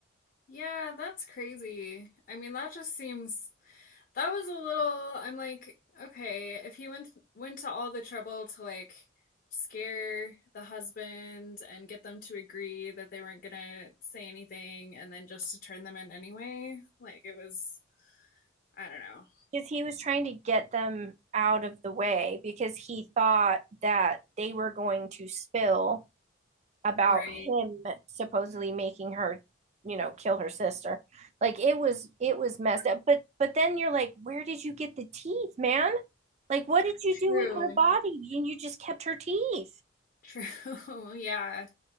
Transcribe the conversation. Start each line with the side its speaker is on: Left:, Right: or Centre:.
Left: Yeah, that's crazy. I mean, that just seems That was a little I'm like, okay, if he went went to all the trouble to like scare the husband and get them to agree that they weren't gonna say anything and then just to turn them in anyway, like it was I don't know.
Right: because he was trying to get them out of the way because he thought that they were going to spill about
Left: Right.
Right: him supposedly making her you know kill her sister like it was it was messed up but but then you're like where did you get the teeth man like what did you do
Left: True.
Right: with her body and you just kept her teeth
Left: True. <laughs> Yeah.